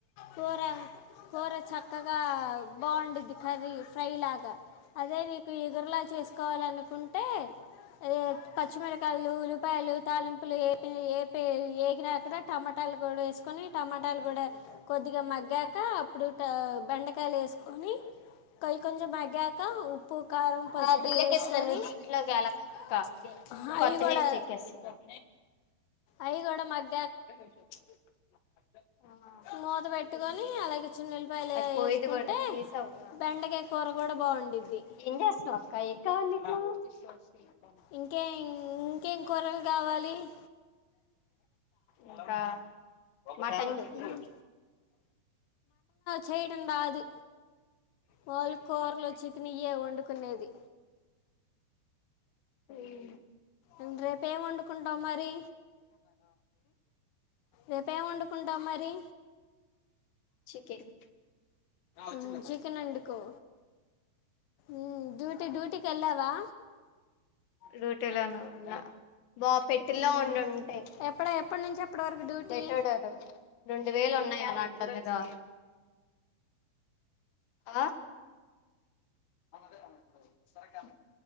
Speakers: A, on the left; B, on the left.
A: కూర కూర చక్కగా బావుండుద్ది కర్రీ ఫ్రై లాగా అదే నీకు ఇగురులా చేసుకోవాలనుకుంటే అదే పచ్చిమిరకాయలు ఉల్లిపాయలు తాలింపులే టూ ఏ పే ఏగినాకడా టమా పల్లీ కూడా వేస్క్ కొని టమాటాలు కూడా కొద్దిగా మగ్గాక అప్ ప్పుడు ట బెండకాయలు వేసుకొని, కొయి కొంచెం మగ్గాక ఉప్పు, కారం, పసుపు
B: ఆ బిల్లకేసిన
A: వేసుకొని,
B: నువ్వు దీంట్లో గెలక్క
A: ప్చ్ అహ
B: కొత్త
A: అయి కూడా
B: నేమ్స్ ఎక్కేస్తున్నవ్
A: అయి కూడా మగ్
B: ప్చ్ ఆ
A: మూత పెట్టుకొని
B: ఓపెన్ చేయొద్ద,
A: అలాగే చిన్న ఉల్లిపాయలు
B: అది పోయేద్ది
A: వేసుకుంటే
B: కూడా తీసావుగ,
A: బెండకాయ కూర కూడా బాగుండిద్ది
B: ఏం చేస్తున్నావు అక్క ఏం కావాలి, నీకు హ్మ్
A: ఇంకే ఇంకేం కూరలు కావాలి ఇ
B: ఇంకా మటన్ చెప్పు
A: ఉమ్, చేయటం రాదు వాళ్లు కూరలు చికెన్ ఇయ్యే వండుకునేది.
B: హ్మ్
A: ఇంగ్ రేపేం వండుకుంటాం మరి రేపేం వండుకుంటాం మరి
B: చికెన్ ఆ వచ్చిందమ్మా
A: ఉమ్, చికెన్ వండుకో ఉమ్, డ్యూటీ డ్యూటీకి వెళ్ళావా
B: డ్యూటీలోన అన్న బా పెట్టిల్లో
A: ఉమ్,
B: ఉండింటాయి
A: ఎప్పుడ ఎప్పటి నుంచి ఎప్పటి వరకు డ్యూటీ
B: మెట్టెడరు రెండు వేలు ఉన్నాయి ఏమన్నా అంటందిగా ఆ అవు అదే సరే కానీ